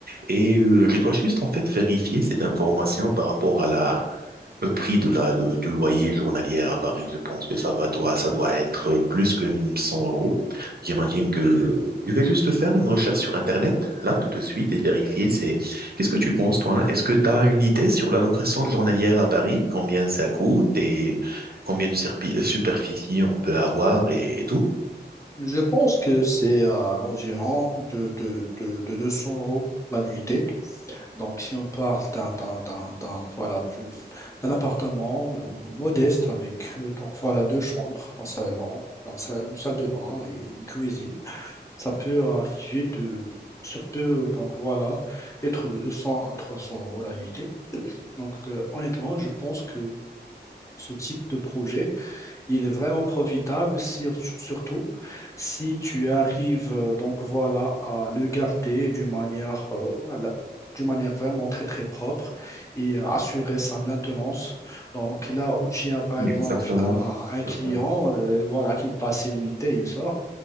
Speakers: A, on the right; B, on the left.
A: Et euh, je dois juste en fait vérifier cette information par rapport à la, le prix de la, de- du loyer journalier à Paris, je pense que ça va, doit, ça doit être plus que 100 euros. J'imagine que je vais juste faire une recherche sur Internet, là, tout de suite, et vérifier c'est, qu'est-ce que tu penses, toi? Est-ce que tu as une idée sur la location journalière à Paris? Combien ça coûte et combien de serpi- euh, superficie on peut avoir et, et tout?
B: Je pense que c'est euh, à l'environ de, de, de, de 200 euros la nuitée. Donc, si on parle d'un d'un- d'un- d'un- voilà, d'une- d'un appartement euh, modeste avec euh, donc, voilà, deux chambres, un salon, un sa- une salle de bain et une cuisine, ça peut arriver de... Ça peut euh, donc voilà, être de 200 à 300 euros la nuitée. Donc, euh, honnêtement, je pense que ce type de projet Il est vraiment profitable, sur- surtout si tu arrives euh, donc voilà à le garder d'une manière, euh, voilà, d'une manière vraiment très très propre et euh, assurer sa maintenance. Donc là où tu as par
A: Exactement.
B: exemple un, un client,
A: Exactement.
B: euh, voilà qu'il passe ses nuitées, il sort.